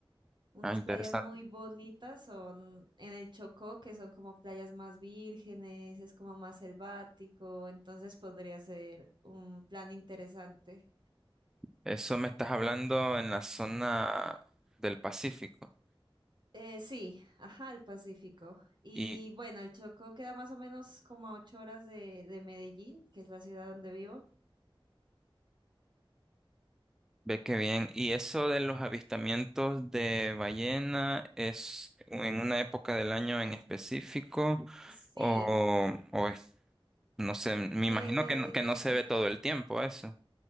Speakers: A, on the right; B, in the centre.
A: Unas
B: Ah, interesante.
A: playas muy bonitas son en el Chocó, que son como playas más vírgenes, es como más selvático, entonces podría ser un plan interesante.
B: Eso me estás hablando en la zona del Pacífico.
A: Eh, sí, ajá, al Pacífico. Y
B: Y
A: bueno, el Chocó queda más o menos como a ocho horas de, de Medellín, que es la ciudad donde vivo.
B: ve que bien. Y eso de los avistamientos de ballena es en una época del año en específico
A: Sí,
B: o, o es No sé, me imagino
A: eh,
B: que no, que
A: em,
B: no se ve todo el tiempo eso,